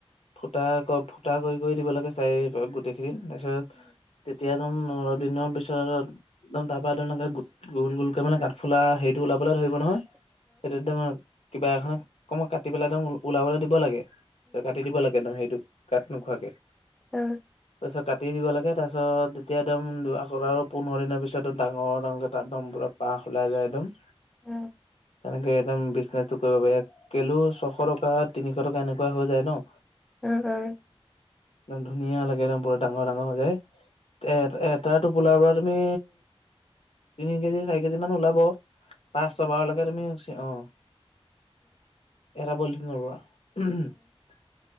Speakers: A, on the left (about 70°); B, in the centre.
A: ফুটা ক ফুটা কৰি কৰি দিব লাগে চাৰি <unintelligible> গোটেইখিনি তাৰপিছত তেতিয়া <unintelligible> অলপ দিনৰ পিছত দম তাৰ পৰা <unintelligible> গোট গোল গোলকে মানে কাঠফুলা হেৰিটো ওলাবলে ধৰিব নহয়। সেইটো একদম কিবা এখন কনমা কাটি পেলাই <unintelligible> ওলাবলে দিব লাগে। <unintelligible> কাটি দিব লাগে এদ হেৰিটো কাট নোখোঁৱাকে
B: অ'।
A: তাৰপিছত কাটি দিব লাগে তাৰপিছত, তেতিয়া একদম <unintelligible> আৰু পোন্ধৰ দিনৰ পিছতোঁ ডাঙৰ ডাঙৰকৈ তাত একদম পুৰা পাঁহ ওলাই যায় এদম
B: উম।
A: তেনেকে একদম বিজনেচটো কৰিব পাৰি। কেলো ছশ টকা, তিনিশ টকা এনেকুৱা হৈ যায় ন।
B: উম, উম।
A: একদম ধুনীয়া লাগে একদম পুৰা ডাঙৰ ডাঙৰ হৈ যায়। টা এটা এটাটো ফুলাৰ পৰা তুমি তিনি কেজি, চাৰি কেজি মান ওলাব। পাঁচ ছয় বাৰ লেকে তুমি <unintelligible> অ'। এটা পলিথিঙৰ পৰা <unintelligible>